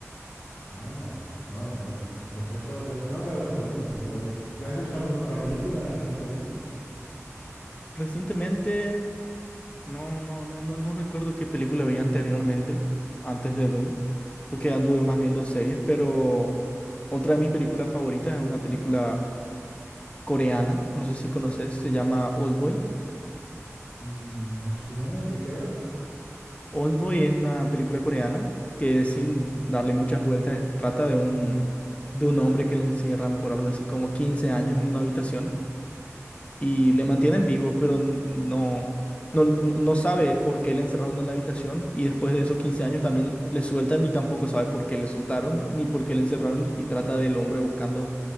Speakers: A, on the left; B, on the left.
A: Ah, madre mía. Pues eso, te- tengo que ver la segunda porque no la he visto. ¿Y has visto alguna otra película recientemente?
B: Recientemente No, no, no, no, no recuerdo qué película veía anteriormente, antes de Dune, porque anduve más viendo series, pero otra de mis películas favoritas es una película coreana, no sé si conoces, se llama Oldboy.
A: Mm, ¿me suena? ¿De qué va?
B: Oldboy es una película coreana que sin darle muchas vueltas trata de un, de un hombre que le encierran por algo así como 15 años en una habitación y le mantienen vivo, pero no, no, no sabe él por qué le encerraron en la habitación y después de esos 15 años también le sueltan y tampoco sabe por qué le soltaron ni por qué le encerraron y trata del hombre buscando